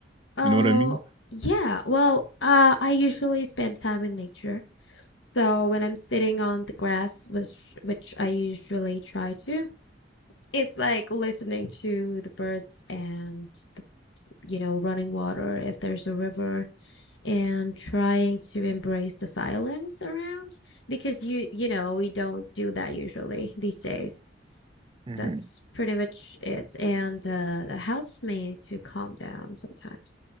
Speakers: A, on the left; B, on the right.
A: Oh,
B: You know what I mean?
A: yeah. Well, uh, I usually spend time in nature. So when I'm sitting on the grass, which which I usually try to, it's like listening to the birds and the, you know, running water if there's a river. and trying to embrace the silence around because you you know we don't do that usually these days So
B: hmm
A: that's pretty much it and uh that helps me to calm down sometimes